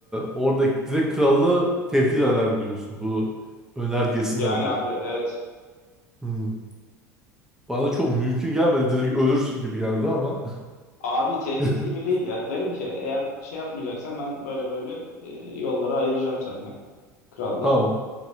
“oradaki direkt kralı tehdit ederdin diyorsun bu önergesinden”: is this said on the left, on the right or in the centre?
Centre